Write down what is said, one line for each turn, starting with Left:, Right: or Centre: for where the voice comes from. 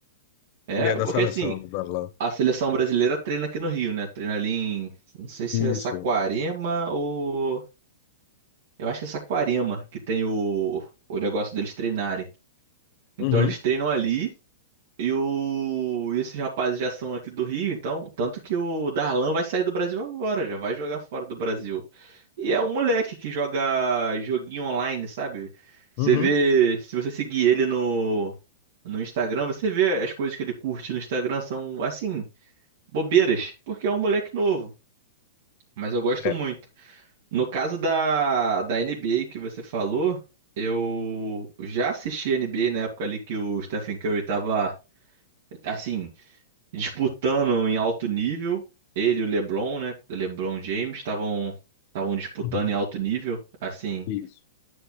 Right: É,
Left: e é
Right: porque
Left: da seleção
Right: assim,
Left: do Darlan.
Right: a seleção brasileira treina aqui no Rio, né? Treina ali em, não sei se é Saquarema
Left: Isso.
Right: ou Eu acho que é Saquarema que tem o, o negócio deles treinarem. Então
Left: Uhum,
Right: eles treinam ali e, o, e esses rapazes já são aqui do Rio, então. Tanto que o Darlan vai sair do Brasil agora, já vai jogar fora do Brasil. E é um moleque que joga joguinho online, sabe? Você
Left: uhum.
Right: vê, se você seguir ele no, no Instagram, você vê as coisas que ele curte no Instagram são, assim, bobeiras, porque é um moleque novo. Mas eu gosto
Left: É.
Right: muito. No caso da, da NBA que você falou, eu já assisti N B a NBA na época ali que o Stephen Curry tava, assim, disputando em alto nível. Ele e o LeBron, né? O LeBron James estavam estavam disputando
Left: Uhum.
Right: em alto nível. Assim,
Left: Isso.